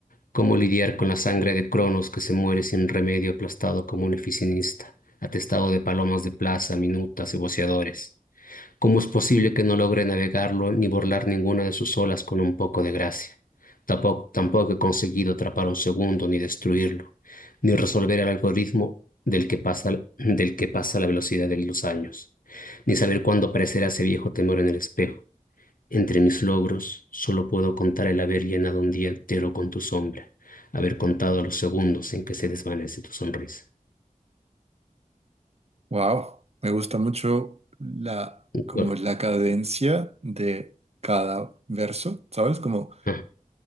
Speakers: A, on the left; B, on the right.
A: ¿Cómo lidiar con la sangre de Cronos que se muere sin remedio aplastado como un oficinista, atestado de palomas de plaza, minutas y voceadores? ¿Cómo es posible que no logre navegarlo ni burlar ninguna de sus olas con un poco de gracia? Tampoco, tampoco he conseguido atrapar un segundo ni destruirlo, ni resolver el algoritmo del que pasa, del que pasa la velocidad de los años, ni saber cuándo aparecerá ese viejo temor en el espejo. Entre mis logros, solo puedo contar el haber llenado un día entero con tu sombra, haber contado los segundos en que se desvanece tu sonrisa.
B: Wow, me gusta mucho la, como
A: Cor-
B: la cadencia de cada verso, ¿sabes? Como
A: ah,